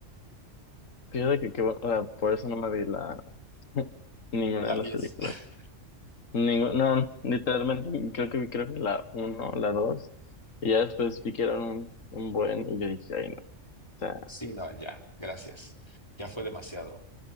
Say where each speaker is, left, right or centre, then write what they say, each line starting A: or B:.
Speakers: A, on the left; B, on the left.
A: Fíjate que, que, o sea, por eso no me vi la, <laughs> ninguna
B: La
A: de las
B: diez.
A: películas.
B: <laughs>
A: Ningún- no, literalmente creo que creo que la uno, la dos, y ya después vi que eran un, un buen, y yo dije, ay no, o sea,
B: Sí, no, ya, gracias. Ya fue demasiado.